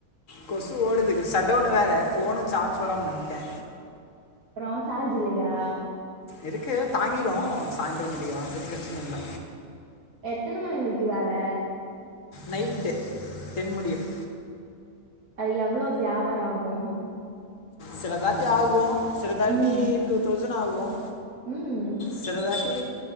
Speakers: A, on the left; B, on the right.
A: கொசு ஓடுதுக்கு சட்டவுனு வேற போனு சார்ஜ் போடாம வந்துட்ட
B: அப்புறம் சார்ஜ் இல்லையா
A: இருக்கு தாங்கிரும் சாய்ந்திரம் முடியும் அது பிரச்சன இல்ல
B: எத்தன மணி வரைக்கும் வேல
A: நைட்டு டென் முடியும்
B: அது எவ்ளோ வியாபாரம் ஆகும்
A: சிலதாட்டி ஆகும் சிலதாட்டி
B: ம்
A: டூ தௌசண்ட் ஆகும்
B: ம்
A: சிலதாட்டி